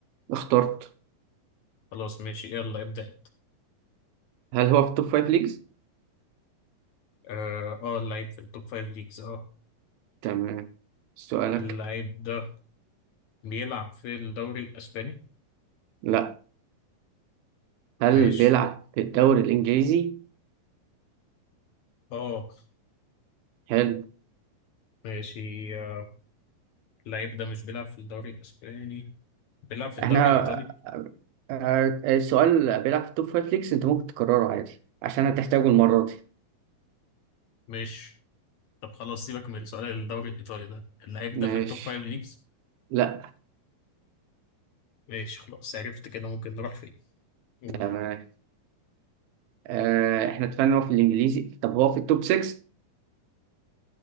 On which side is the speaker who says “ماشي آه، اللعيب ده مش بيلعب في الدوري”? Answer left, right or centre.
Left